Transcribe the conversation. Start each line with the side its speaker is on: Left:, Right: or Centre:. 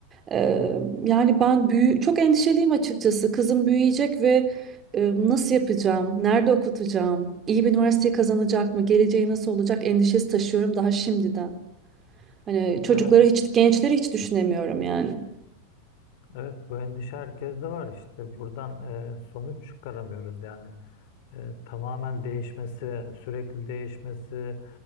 Right: Eee, yani ben büyü çok endişeliyim açıkçası. Kızım büyüyecek ve e, nasıl yapacağım? Nerede okutacağım? İyi bir üniversiteyi kazanacak mı? Geleceği nasıl olacak? Endişesi taşıyorum daha şimdiden. Hani çocukları
Left: Evet,
Right: hiç, gençleri hiç düşünemiyorum yani.
Left: evet bu endişe herkeste var işte. Buradan e, sonuç çıkaramıyoruz yani. E, tamamen değişmesi, sürekli değişmesi,